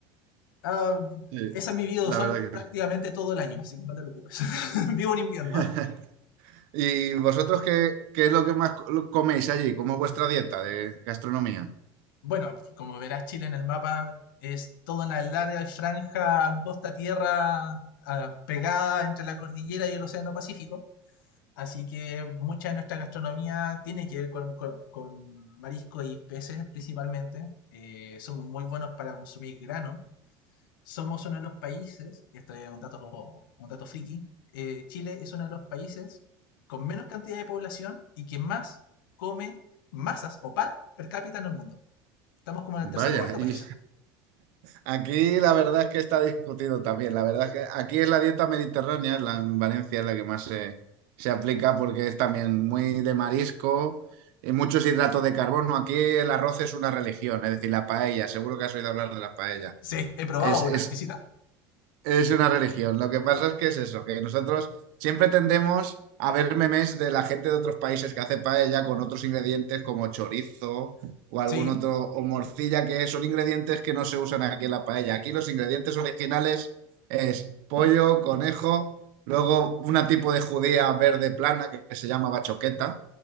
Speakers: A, on the left; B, on the right.
A: Ah,
B: Sí,
A: esa es mi vida
B: la
A: sol
B: verdad
A: prácticamente
B: que sí.
A: todo el año, así que no te preocupes. <laughs> Vivo en invierno.
B: <laughs> ¿Y vosotros qué, qué es lo que más co- coméis allí? ¿Cómo es vuestra dieta de gastronomía?
A: Bueno, como verás, Chile en el mapa es toda una larga franja angosta tierra ah, pegada entre la cordillera y el Océano Pacífico. Así que mucha de nuestra gastronomía tiene que ver con, con- con marisco y peces principalmente. Eh, somos muy buenos para consumir grano, somos uno de los países, y esto es un dato, un dato friki, eh, Chile es uno de los países con menos cantidad de población y que más come masas o pan per cápita en el mundo. Estamos como en
B: Vaya,
A: el tercer o cuarto
B: y
A: país.
B: Aquí la verdad es que está discutido también. La verdad es que aquí es la dieta mediterránea, es la, en Valencia es la que más se, se aplica porque es también muy de marisco y muchos hidratos de carbono. Aquí el arroz es una religión, es decir, la paella. Seguro que has oído hablar de la paella.
A: Sí, he probado
B: Es,
A: una
B: es
A: exquisita.
B: es una religión. Lo que pasa es que es eso, que nosotros siempre tendemos a ver memes de la gente de otros países que hace paella con otros ingredientes como chorizo o algún
A: Sí.
B: otro, o morcilla, que son ingredientes que no se usan aquí en la paella. Aquí los ingredientes originales es pollo, conejo, luego una tipo de judía verde plana que que se llama bachoqueta